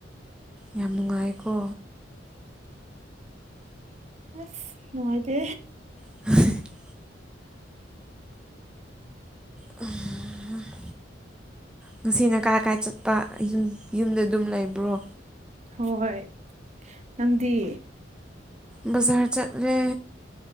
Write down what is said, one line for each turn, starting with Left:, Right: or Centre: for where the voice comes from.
Centre: ꯌꯥꯝ ꯅꯨꯡꯉꯥꯏꯀꯣ
Right: ꯑꯁ ꯅꯨꯡꯉꯥꯏꯇꯦ
Centre: <unintelligible> <unintelligible> ꯉꯁꯤꯅ ꯀꯥꯏꯀꯥꯏ ꯆꯠꯄ ꯌꯨꯝꯗ ꯑꯗꯨꯝ ꯂꯩꯕ꯭ꯔꯣ
Right: ꯍꯣꯏ ꯅꯪꯗꯤ
Centre: ꯕꯖꯔ ꯆꯠꯂꯦ